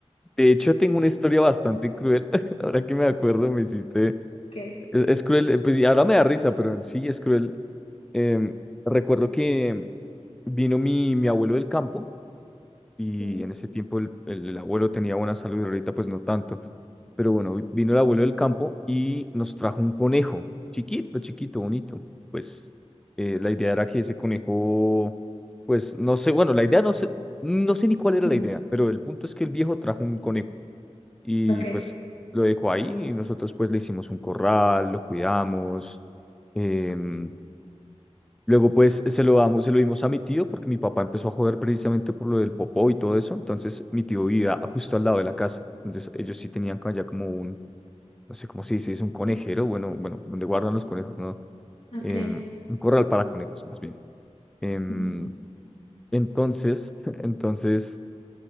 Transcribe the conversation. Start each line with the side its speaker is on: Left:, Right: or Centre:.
Centre: De hecho, tengo una historia bastante cruel, <laughs> ahora que me acuerdo, me hiciste,
Left: Ok,
Centre: es, es cruel, eh, pues y ahora me da risa, pero sí es cruel Em, recuerdo que vino mi, mi abuelo del campo y
Left: sí, ¿no?
Centre: en ese tiempo el, el- el abuelo tenía buena salud y ahorita pues no tanto. Pero bueno, vi- vino el abuelo del campo y nos trajo un conejo, chiquito, chiquito, bonito. Pues eh, la idea era que ese conejo, pues no sé, bueno, la idea no sé, no sé ni cuál era
Left: Ujú.
Centre: la idea, pero el punto es que el viejo trajo un conejo y
Left: Ok,
Centre: pues lo dejó ahí y nosotros pues le hicimos un corral, lo cuidamos. em, Luego, pues, se lo damos, se lo dimos a mi tío porque mi papá empezó a joder precisamente por lo del popó y todo eso. Entonces, mi tío vivía justo al lado de la casa. Entonces, ellos sí tenían co- allá como un, no sé cómo se dice, es un conejero, bueno, bueno, donde guardan los conejos, ¿no?
Left: ok.
Centre: Em, un corral para conejos, más bien. Em,
Left: Mm.
Centre: entonces, <laughs> entonces,